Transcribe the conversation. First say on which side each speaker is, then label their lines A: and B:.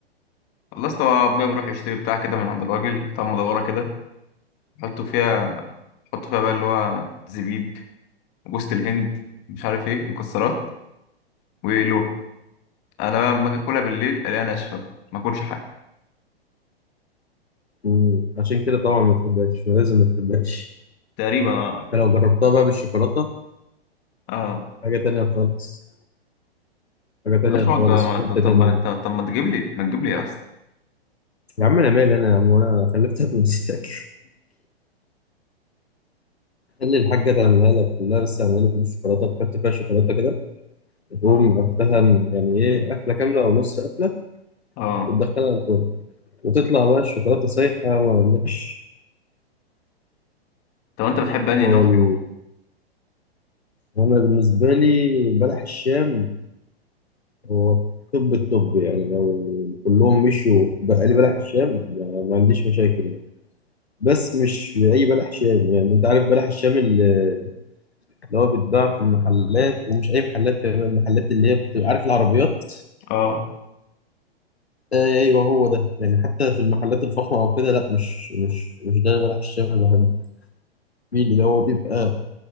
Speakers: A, on the left; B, on the left.
A: خلصت ابويا بيروح يشتري بتاع كده من عند الراجل بتاع مدوره كده يحطوا فيها يحطوا فيها بقى اللي هو زبيب جوز الهند مش عارف ايه مكسرات ويقلوها انا بقى لما اجي اكلها بالليل الاقيها ناشفه بقى. ما اكلش حاجه
B: مم. عشان كده طبعا ما تحبهاش ولازم ما تحبهاش
A: تقريبا اه
B: أنت لو جربتها بقى بالشوكولاتة
A: اه
B: حاجة تانية خالص حاجة تانية
A: بلاش ما تج-
B: خالص
A: ما-
B: في حتة
A: طب
B: تانية
A: طب ما طب طب ما تجيب لي ما تجيب لي اصلا
B: يا عم أنا مالي أنا يا عم وأنا خلفتك ونسيتك <laughs> خلي الحاجة تعملها لك لا بس اعملها لي بالشوكولاتة تحط فيها شوكولاتة كده تقوم قفلها يعني ايه قفله كامله او نص قفله
A: اه
B: وتدخلها الفرن وتطلع بقى الشوكولاته سايحه ما اقولكش
A: طب انت بتحب انهي
B: هو
A: نوع فيهم
B: ال- انا بالنسبه لي بلح الشام هو توب التوب يعني لو كلهم مشوا بقى لي بلح الشام ما ما عنديش مشاكل يعني. بس مش اي بلح شام يعني انت عارف بلح الشام اللي اللي هو بيتباع في المحلات ومش اي محلات كمان المحلات اللي هي بتبقى عارف العربيات
A: اه
B: ايوه هو ده يعني حتى في المحلات الفخمه او كده لا مش مش مش ده بلح الشام اللي بحبه في اللي هو بيبقى